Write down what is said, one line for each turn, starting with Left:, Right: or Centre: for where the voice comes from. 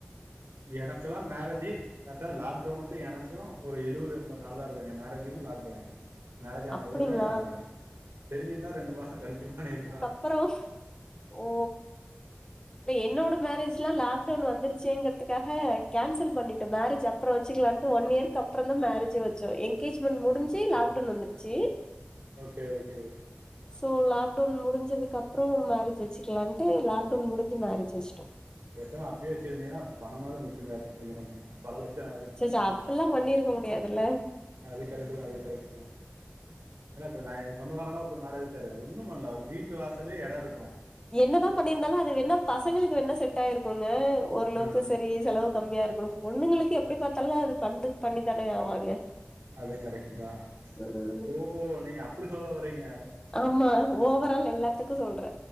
Right: எனக்கல்லா மேரஜ்ஜு கரெட்டா லாக்டவுனுக்கு எனக்கோ ஒரு எழுபது எம்பது நாள் தா இருக்கோ எ மேரேஜுக்கோ லாக்டவுனுக்கோ மேரேஜ் ஆன
Left: அப்டிங்களா
Right: ஒடனே லாக்டவுன் தெரிஞ்சிருந்தா ரெண்டு மாசோ கழிச்சி பண்ணி இருக்லா
Left: பறோஸ் ஓ எ என்னோட மேரேஜ்லா லாக்டவுன் வந்துருச்சேங்கிறதுக்காக கேன்சல் பண்ணிட்டோ மேரேஜ்ஜ அப்றோ வச்சிக்லான்ட்டு ஒன் இயர்க்கு அப்றோந்தா மேரஜே வச்சோ எங் கேஜ்மென்ட் முடிஞ்சி லாக்டவுன் வந்துச்சி
Right: ஓகே ஓகே
Left: சோ லாக்டவுன் முடிஞ்சதுக்கு அப்றோ மேரேஜ் வச்சுக்கலான்ட்டு லாக்டவுன் முடிஞ்சு மேரேஜ் வச்ட்டோ
Right: பேசாம அப்பே வச்சிருந்திங்கன்னா பணமாது மிச்சோ ஆயிருக்கோ கொஞ்ச கொஞ்சமா பல லட்சோ ஆயிருக்கு
Left: சேச்சே அப்பல்லா பண்ணிருக்க முடியாதுல்ல
Right: அது கரெட்டு தா அது கரெட்டு தா ஏன்னா இப்ப நா எ சொந்தக்கார அண்ணா ஒருத்தர் மேரேஜ் வச்சாரு ஒண்ணும் பண்ல்ல அவரு வீட்டு வாசலே எடோ இருக்கோம்
Left: என்னதா பண்ணியிருந்தாலு அது வேணா பசங்களுக்கு வேணா செட் ஆயிருக்கோங்க ஓரளவுக்கு
Right: ஆ
Left: செ நீங்க செலவு கம்மியா இருக்கனோ பொண்ணுங்களுக்கு எப்டி பாத்தாலு அது பண்து பண்ணிதான ஆவாங்க
Right: அது கரெட்டு தா
Left: ம்
Right: ஓஹோ ஓ நீங்க அப்டி சொல்லவறீங்க
Left: ஆமா ஓவரால் எல்லாத்துக்கு சொல்ற